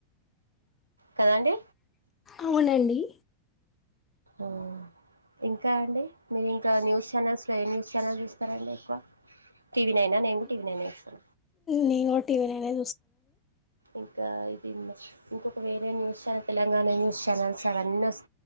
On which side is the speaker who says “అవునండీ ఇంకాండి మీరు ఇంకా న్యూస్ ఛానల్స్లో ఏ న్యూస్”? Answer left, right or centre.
Right